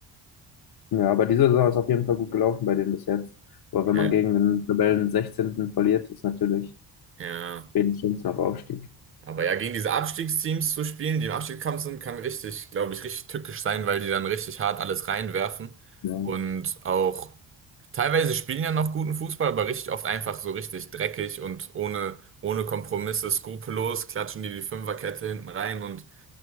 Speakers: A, on the left; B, on the right.
A: Ja, aber diese Saison ist auf jeden Fall gut gelaufen bei denen bis jetzt. Aber wenn
B: Ja,
A: man gegen den Tabellen 16. verliert, ist natürlich
B: ja.
A: wenig Chancen auf Aufstieg.
B: Aber ja, gegen diese Abstiegsteams zu spielen, die im Abstiegskampf sind, kann richtig, glaube ich, richtig tückisch sein, weil die dann richtig hart alles reinwerfen.
A: Ja,
B: Und auch teilweise spielen ja noch guten Fußball, aber richtig oft einfach so richtig dreckig und ohne, ohne Kompromisse, skrupellos, klatschen die die Fünferkette hinten rein und